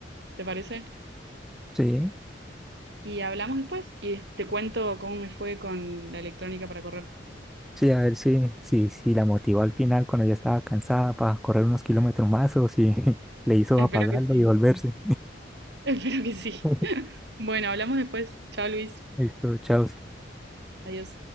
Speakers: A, on the right; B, in the centre.
A: ¿te parece?
B: Sí,
A: Y hablamos después y des- te cuento cómo me fue con la electrónica para correr.
B: sí, a ver si, si, si la motivó al final cuando ya estaba cansada para correr unos kilómetros más o si <laughs> le hizo
A: Espero
B: apagarlo
A: que sí.
B: y volverse.
A: <laughs> Espero que sí.
B: <laughs>
A: <laughs> Bueno, hablamos después. Chao, Luis.
B: Listo, chao.
A: Adiós.